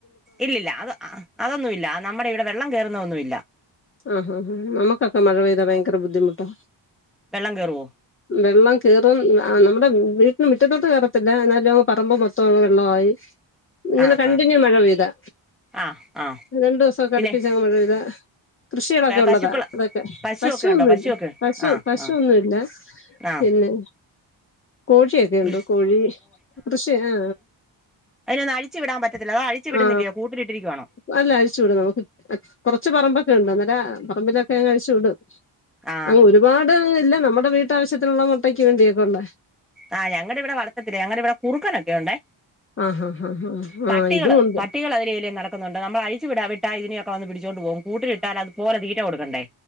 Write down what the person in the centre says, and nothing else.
ഇല്ലില്ല അത് അതൊന്നും ഇല്ല നമ്മുടെ ഇവിടെ വെള്ളം കയറുന്നതൊന്നുഇല്ല.
വെള്ളം കേറൂവോ?
ആ
ആ
ആ ആ
പിന്നെ
പശുക്കൾ
പശുവൊക്കെ
ഉണ്ടോ പശുവൊക്കെ
ആ
ആ ആ
കൃഷി
അതിനൊ ഒന്ന് അിഴിച്ചു വിടാൻ പറ്റത്തില്ല അതോ അഴിച്ച് വിടുന്നില്ലെ
കൂട്ടിലിട്ടിരിക്കയാണോ..
ആ
ആ ഞുടെ ഇവിടെ വളർത്തത്തില്ലാ ഞങ്ങളുടെ ഇവിടെ കുറുക്കനൊക്കെ ഉണ്ടെ..
പട്ടികള്
പട്ടികൾ അതിലെ ഇതിലെ നടക്കുന്നുണ്ട് നമ്മൾ അഴിച്ചു വിടാൻ വേണ്ടി. ഇതിനൊക്കെ വന്ന് പിടിച്ചോണ്ട് പോകും കൂട്ടിലിട്ടാൽ അത് പോല തീറ്റ കൊടുക്കണ്ടേ..